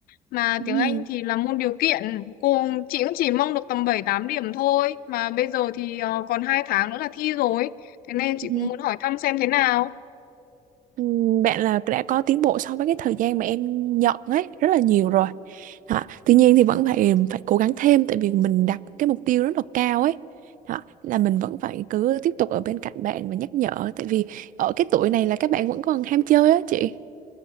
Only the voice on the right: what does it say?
ừ,
ừ.
Ừ, Bạn là đã có tiến bộ so với cái thời gian mà em nhận ấy rất là nhiều rồi. Đó. Tuy nhiên thì vẫn phải phải cố gắng thêm tại vì mình đặt cái mục tiêu rất là cao ấy. Đó. Là mình vẫn phải cứ tiếp tục ở bên cạnh bạn và nhắc nhở tại vì ở cái tuổi này là các bạn vẫn còn ham chơi á chị.